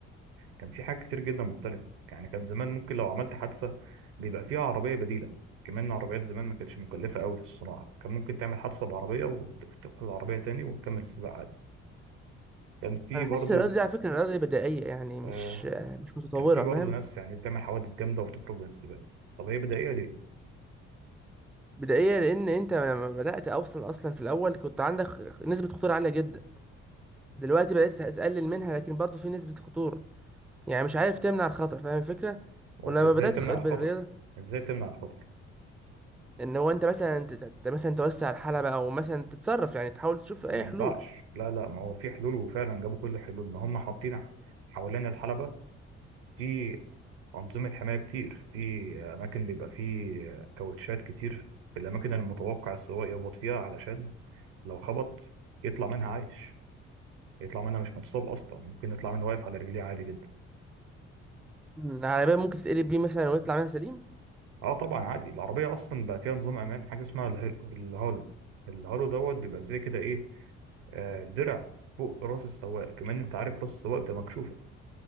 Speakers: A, on the right; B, in the centre.
A: كان في حاجات كتير جدا مختلفة يعني كان زمان ممكن لو عملت حادثة بيبقى فيها عربية بديلة كمان العربيات زمان ما كانتش مكلفة قوي في الصناعة كان ممكن تعمل حادثة بعربية وتاخد العربية تاني وتكمل السباق عادي كان في
B: انا
A: برضو
B: حاسس الرياضه دي على فكره الرياضه دي بدائيه يعني مش
A: آه
B: مش متطوره
A: كان في برضو
B: فاهم
A: ناس يعني بتعمل حوادث جامدة وبتخرج من السباق طب هي بدائية ليه؟
B: بدائيه لان انت لما بدات اصلا اصلا في الاول كنت عندك نسبه خطوره عاليه جدا دلوقتي بدات تقلل منها لكن برضه في نسبه خطوره يعني مش عارف تمنع الخطر فاهم الفكره
A: هو
B: ولما
A: انت ازاي
B: بدات
A: تمنع
B: الخ- بالرياضه
A: الخطر؟ ازاي تمنع الخطر؟
B: ان هو انت مثلا ت- ت- مثلا توسع الحلبه او مثلا تتصرف يعني تحاول تشوف اي
A: ما ينفعش
B: حلول
A: لا لا ما هو في حلول وفعلا جابوا كل الحلول ان هم حاطين ح- حوالين الحلبة في أنظمة حماية كتير في أماكن بيبقى فيه كاوتشات كتير في الأماكن المتوقع السواق يخبط فيها علشان لو خبط يطلع منها عايش يطلع منها مش متصاب أصلا ممكن يطلع منها واقف على رجليه عادي جدا
B: مم. العربيه ممكن تتقلب بيه مثلا ويطلع منها سليم
A: اه طبعا عادي العربية اصلا بقى فيها نظام امان حاجة اسمها الهيل- الهالو الهالو دوت بيبقى زي كده ايه آه درع فوق راس السواق كمان انت عارف راس السواق بتبقى مكشوفة